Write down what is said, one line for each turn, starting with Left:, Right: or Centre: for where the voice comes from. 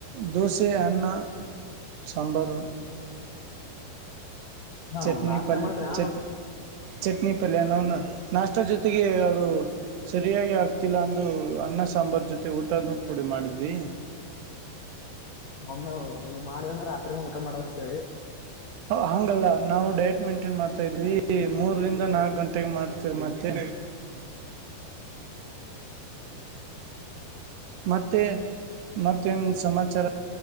Right: ದೋಸೆ ಅನ್ನ. ಸಾಂಬಾರು.
Left: ಹಾ
Right: ಚಟ್ನಿ
Left: ನಾಷ್ಟ
Right: ಪಲ್ಯ
Left: ಮಾಡ್ರಿ ನಾನು
Right: ಚಟ್ ಚಟ್ನಿ ಪಲ್ಯ ನ ನಾಷ್ಟದ ಜೊತೆಗೆ ಅದು ಸರಿಯಾಗಿ ಆಗ್ತಿಲ್ಲ ಅಂದು ಅನ್ನ ಸಾಂಬಾರು ಜೊತೆ ಊಟದ ಕೂಡಿ ಮಾಡಿದ್ವಿ.
Left: ಒಮ್ಮೆ ಈ ಮಾಡಿದಂದ್ರ ರಾತ್ರಿನ ಊಟ ಮಾಡವಂಂತ ಹೇಳಿ
Right: ಹಂಗಲ್ಲ ನಾವು ಡೈಟ್ ಮೇಂಟೇನ್ ಮಾಡ್ತಾ ಇದ್ವಿ ಮೂರರಿಂದ ನಾಲ್ಕು ಗಂಟೆಗೆ ಮಾಡ್ತೇವಿ ಮತ್ತೆ.
Left: ಹ್ಮ..
Right: ಮತ್ತೆ.. ಮತ್ತೇನ್ ಸಮಾಚಾರ